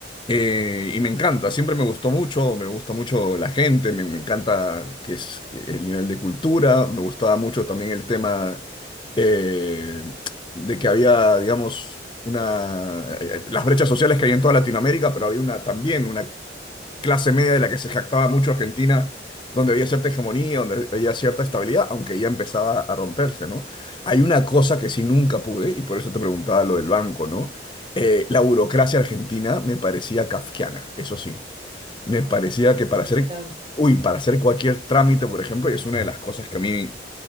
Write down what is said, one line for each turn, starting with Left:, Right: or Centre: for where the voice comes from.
Left: Eh, y me encanta, siempre me gustó mucho, me gusta mucho la gente, me, me encanta que es el nivel de cultura, me gustaba mucho también el tema eh, de que había, digamos, una, eh, eh, las brechas sociales que hay en toda Latinoamérica, pero había una, también una clase media de la que se jactaba mucho Argentina, donde había cierta hegemonía, donde había cierta estabilidad, aunque ya empezaba a romperse, ¿no? Hay una cosa que sí nunca
Right: Sí.
Left: pude, y por eso te preguntaba lo del banco, ¿no? Eh, la burocracia argentina me parecía kafkiana, eso sí. Me
Right: Ay,
Left: parecía
Right: no, sí,
Left: que
Right: es
Left: para
Right: insoportable.
Left: hacer, uy, para hacer cualquier trámite, por ejemplo, y es una de las cosas que a mí